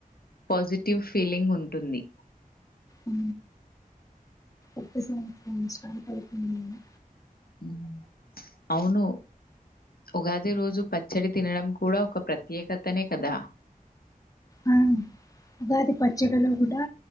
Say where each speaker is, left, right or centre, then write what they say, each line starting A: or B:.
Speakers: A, on the left (about 80°); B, on the left (about 20°).
A: పాజిటివ్ ఫీలింగ్ ఉంటుంది
B: ఉ ఒకసారి ఇన్స్పిట్ అయ్యిపోయిన
A: ఉ అవును ఉగాది రోజు పచ్చడి తినడం కూడా ఒక ప్రత్యేకతనే కదా
B: ఆ ఉగాది పచ్చడిలో కూడా